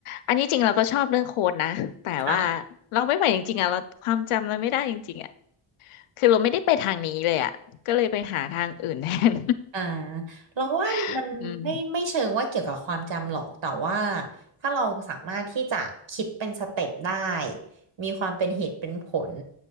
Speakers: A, on the left; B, on the right.
A: อันนี้จริงเราก็ชอบเรื่องโค้ดนะแต่ว่า
B: ค่ะ
A: เราไม่ไหวจริงๆอ่ะเราความจำเราไม่ได้จริงๆอ่ะคือเราไม่ได้ไปทางนี้เลยอ่ะก็เลยไปหาทางอื่นแทน
B: อ่าเราว่ามันไม่ไม่เชิงว่าเกี่ยวกับความจำหรอก
A: <laughs> อืม
B: แต่ว่าถ้าเราสามารถที่จะคิดเป็นสเต็ปได้มีความเป็นเหตุเป็นผล